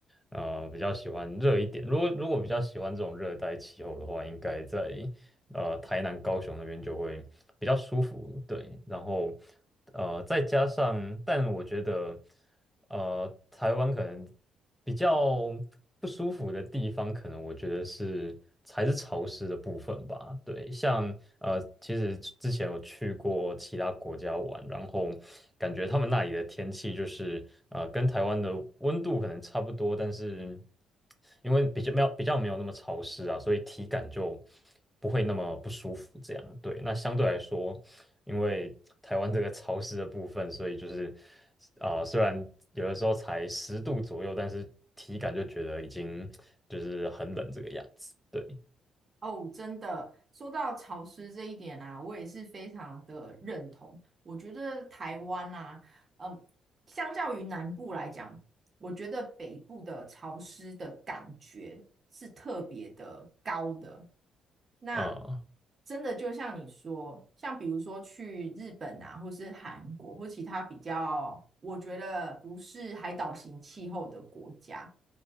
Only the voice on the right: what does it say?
哦，真的，说到潮湿这一点啊，我也是非常的认同。我觉得台湾啊，嗯，相较于南部来讲，我觉得北部的潮湿的感觉是特别的高的。那
真的就像你说，像比如说去日本啊，或是韩国，或其他比较我觉得不是海岛型气候的国家，